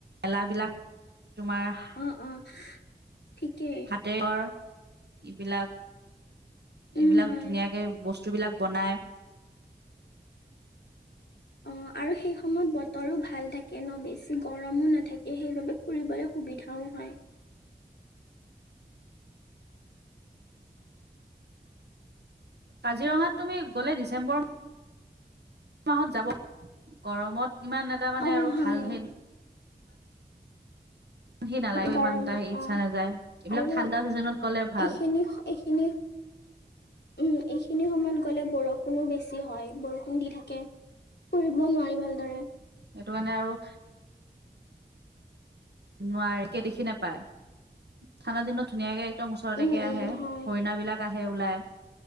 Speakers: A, on the right; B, on the left.
A: লাহ বিলাক তোমাৰ
B: উম উম ঠিকে
A: দেশৰ এইবিলাক
B: উম
A: এইবিলাক
B: হয়
A: ধুনীয়াকে বস্তু বিলাক বনায়
B: অ আৰু সেই সময়ত বতৰো ভাল থাকে ন বেছি গৰমো নাথাকে সেইবাবে ফুৰিবলৈ সুবিধাও হয়
A: কাজিৰঙাত তুমি গ'লে ডিচেম্বৰ মাহত যাব গৰমত ইমান এটা মানে
B: অ
A: আৰু
B: হয়
A: ভাল হে সি নালাগে
B: গৰমত
A: ইমান এটা ইচ্ছা
B: অ
A: নাযায় এইবিলাক
B: আৰু
A: ঠাণ্ডা চিজনত গলে ভাল
B: এইখিনি
A: <inaudible>
B: এইখিনি উম এইখিনি সময়ত গ'লে বৰষুণো বেছি হয় বৰষুণ দি থাকে ফুৰিব নোৱাৰি ভালদৰে
A: সেইটো কাৰণে আৰু নোৱাৰি একে দেখি নেপায় ঠাণ্ডা দিনত ধুনীয়াকে একদম ওচৰলৈকে
B: উম,
A: আহে
B: উম, হয়।
A: হৰিণা বিলাক আহে ওলাই